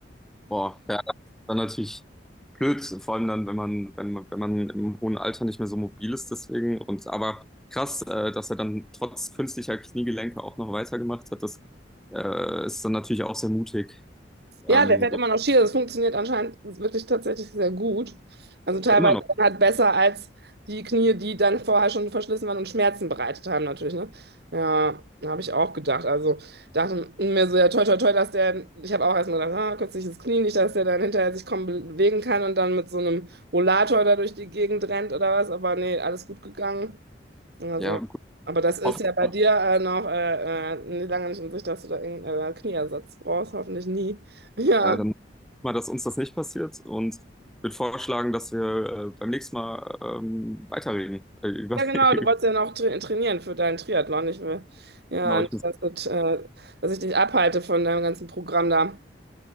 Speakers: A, in the centre; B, on the right.
A: Boah, ja, das ist dann natürlich blöd, vor allem dann, wenn man, wenn man, wenn man im hohen Alter nicht mehr so mobil ist, deswegen. Und aber krass, äh, dass er dann trotz künstlicher Kniegelenke auch noch weitergemacht hat, das äh, ist dann natürlich auch sehr mutig.
B: Ja,
A: Ähm,
B: der fährt
A: so,
B: immer noch Ski. Das funktioniert anscheinend wirklich tatsächlich sehr gut. Also teilweise
A: immer noch.
B: dann halt besser als die Knie, die dann vorher schon verschlissen waren und Schmerzen bereitet haben, natürlich, ne? Ja, habe ich auch gedacht. Also dachte mir so, ja, toi, toi, toi, dass der, ich habe auch erst mal gedacht, ah, künstliches Knie, nicht, dass der dann hinterher sich kaum bewegen kann und dann mit so einem Rollator da durch die Gegend rennt oder was. Aber nee, alles gut gegangen. Also,
A: Ja, gut,
B: aber das ist
A: hoffe,
B: ja
A: ich
B: bei
A: mal,
B: dir äh, noch äh, äh, nee, lange nicht in Sicht, dass du da irgendeinen äh, Knieersatz brauchst, hoffentlich nie. <laughs> Ja.
A: äh, dann mal, dass uns das nicht passiert und würde vorschlagen, dass wir äh, beim nächsten Mal ähm, weiterreden. Äh, über,
B: Ja, genau, du
A: <laughs>
B: wolltest ja noch tra trainieren für deinen Triathlon. Ich will ja
A: genau, ich
B: nicht,
A: muss.
B: dass, das, äh, dass ich dich abhalte von deinem ganzen Programm da.